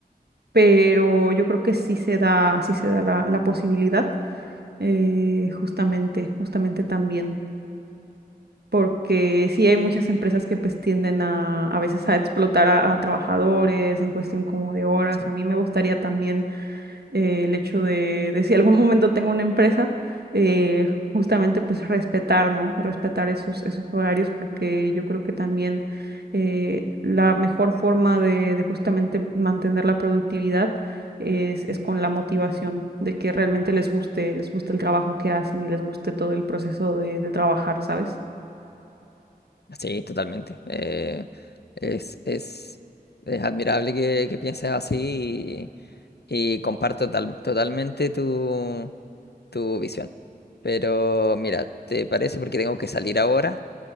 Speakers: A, on the right (about 75°); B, on the left (about 80°).
A: pero yo creo que sí se da, sí se da la, la posibilidad, eh, justamente, justamente también. Porque sí hay muchas empresas que pues tienden a, a veces a explotar a, a trabajadores en cuestión como de horas.
B: Sí.
A: A mí me gustaría también eh, el hecho de, de si algún momento tengo una empresa, eh, justamente pues respetar, ¿no? Respetar esos, esos horarios porque yo creo que también eh, la mejor forma de, de justamente mantener la productividad es, es con la motivación de que realmente les guste, les guste el trabajo que hacen y les guste todo el proceso de, de trabajar, ¿sabes?
B: Sí, totalmente. Eh, es, es, es admirable que, que pienses así y, y comparto tal- totalmente tu, tu visión. Pero mira, ¿te parece? Porque tengo que salir ahora.